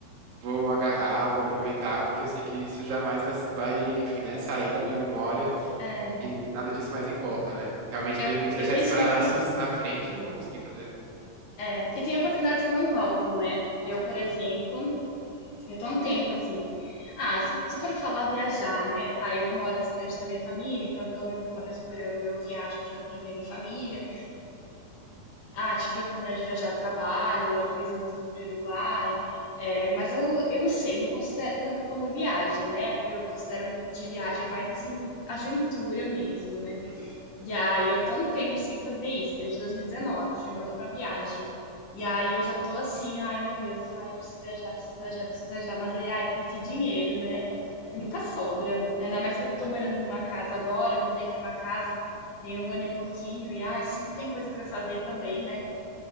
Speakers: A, on the right; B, on the left.
A: vou agarrar, vou aproveitar, porque eu sei que isso jamais vai, vai, enfim, né, sair da minha memória
B: é,
A: e nada disso mais importa, né? Realmente,
B: Eu
A: de repente, deixar
B: eu penso
A: isso para
B: muito assim.
A: anos na frente, eu não vou conseguir fazer, né?
B: É, e tem oportunidades que não voltam, né?
A: Com
B: Eu,
A: certeza.
B: por exemplo, Eu tô há um tempo assim. Ah, se, se eu for falar viajar, né? Tá, eu moro distante da minha família, então pelo menos uma vez por ano eu viajo pra, pra ver minha família. Ah, tive a oportunidade de viajar a trabalho, há dois anos eu fui pro Uruguai. É, mas eu, eu não sei, não considero tanto como viagem, né? Eu considero de viagem mais assim, aventura mesmo, né?
A: Uhum.
B: E aí eu tô um tempo sem fazer isso, desde 2019, foi minha última viagem. E aí eu já tô assim, ai meu Deus, ai preciso viajar, preciso viajar, preciso viajar, mas aí ai com que dinheiro, né? Que nunca sobra. Ainda mais que eu tô
A: É.
B: morando numa casa agora, mudei pra uma casa tem um ano e pouquinho e ai sempre tem coisa pra fazer também, né?